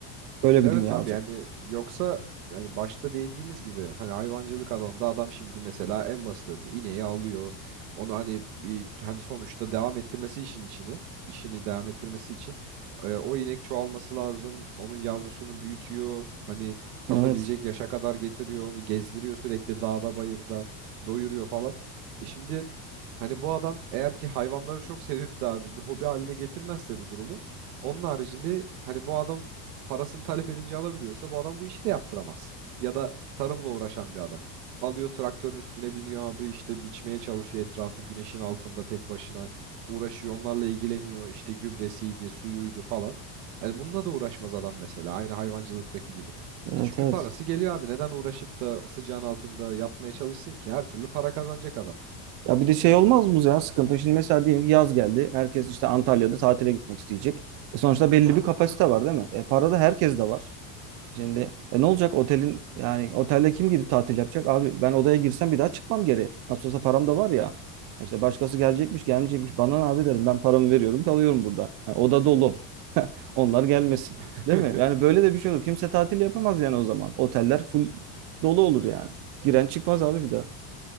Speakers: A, on the right (about 45°); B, on the right (about 80°).
A: Böyle
B: Evet
A: bir dünya
B: abi
A: olacak.
B: yani yoksa hani başta değindiğimiz gibi hani hayvancılık alanında adam şimdi mesela en basit örneği ineği alıyor. Onu hani bir hani sonuçta devam ettirmesi için içini işini devam ettirmesi için e, o inek çoğalması lazım. Onun yavrusunu büyütüyor. Hani satabilecek
A: Evet.
B: yaşa kadar getiriyor. Onu gezdiriyor sürekli dağda bayırda doyuruyor falan. E şimdi Hani bu adam eğer ki hayvanları çok sevip de abi bir hobi haline getirmezse bu durumu onun haricinde hani bu adam parasını talep edince alabiliyorsa bu adam bu işi de yaptıramaz. Ya da tarımla uğraşan bir adam. Alıyor traktörün üstüne biniyor abi işte biçmeye çalışıyor etrafı güneşin altında tek başına uğraşıyor onlarla ilgileniyor işte gübresiydi suyuydu falan. Hani bununla da uğraşmaz adam mesela aynı hayvancılıktaki gibi.
A: Evet
B: E Çünkü
A: evet.
B: parası geliyor abi neden uğraşıp da sıcağın altında yapmaya çalışsın ki her türlü para kazanacak adam.
A: Ya bir de şey olmaz mı ya sıkıntı? Şimdi mesela diyelim ki yaz geldi. Herkes işte Antalya'da tatile gitmek isteyecek. E sonuçta belli bir kapasite var değil mi? E para da herkes de var. Şimdi e, ne olacak otelin yani otelde kim gidip tatil yapacak? Abi ben odaya girsem bir daha çıkmam geri. Nasıl olsa param da var ya. E İşte başkası gelecekmiş gelmeyecekmiş. Bana ne abi derim ben paramı veriyorum kalıyorum burada. Yani oda dolu. <laughs> Onlar gelmesin.
B: <laughs>
A: Değil mi? Yani böyle de bir şey olur. Kimse tatil yapamaz yani o zaman. Oteller full dolu olur yani. Giren çıkmaz abi bir daha.